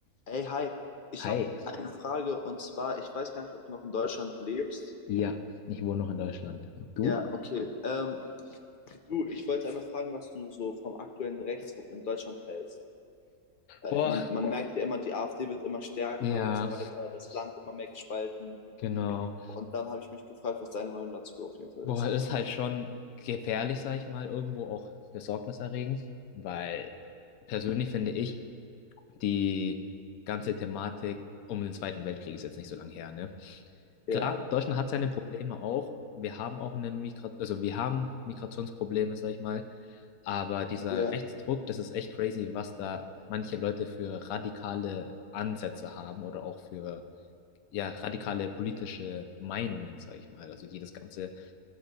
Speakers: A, on the left; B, on the left.
A: Ey, hi. Ich
B: Hi.
A: habe eine Frage und zwar, ich weiß gar nicht, ob du noch in Deutschland lebst.
B: Ja, ich wohne noch in Deutschland. Und du?
A: Ja, okay. Ähm, du, ich wollte einmal fragen, was du so vom aktuellen Rechtsruck in Deutschland hältst. Weil
B: Boah,
A: man, man merkt ja immer, die AfD wird immer stärker
B: ja,
A: und so weiter, das Land immer mehr gespalten.
B: genau.
A: Und dann habe ich mich gefragt, was deine Meinung dazu auf jeden Fall
B: Boah,
A: ist.
B: ist halt schon gefährlich, sag ich mal, irgendwo auch besorgniserregend, weil persönlich finde ich, die ganze Thematik um den Zweiten Weltkrieg ist jetzt nicht so lange her, ne?
A: Ja,
B: Klar, Deutschland hat seine Probleme auch. Wir haben auch eine Migra also wir haben Migrationsprobleme, sag ich mal, aber dieser
A: ja,
B: Rechtsdruck, das ist echt crazy, was da manche Leute für radikale Ansätze haben oder auch für ja, radikale politische Meinungen, sag ich mal. Also die das Ganze,